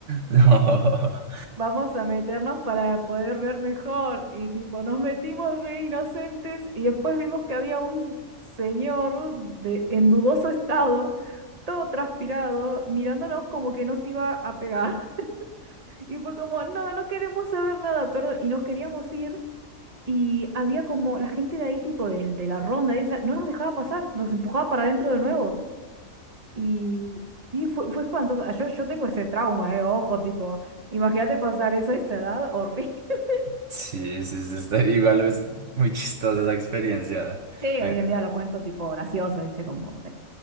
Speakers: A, on the right; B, on the right.
A: No.
B: Vamos a meternos para poder ver mejor. Y tipo, nos metimos re inocentes y después vimos que había un señor de, en dudoso estado, todo transpirado, mirándonos como que nos iba a pegar. <laughs> Y fue como, no, no queremos saber nada, perdón. Y nos queríamos ir. Y había como la gente de ahí, tipo de, de la ronda esa, no nos dejaba pasar, nos empujaba para adentro de nuevo. Y sí, fue, fue espantoso. Ah, Yo, yo tengo ese trauma, eh, ojo, tipo, imagínate pasar eso a esa edad, horrible. <laughs>
A: Sí, sí, sí, está igual es muy chistosa esa experiencia.
B: Sí,
A: Me-
B: hoy en día lo cuento tipo gracioso, viste, como...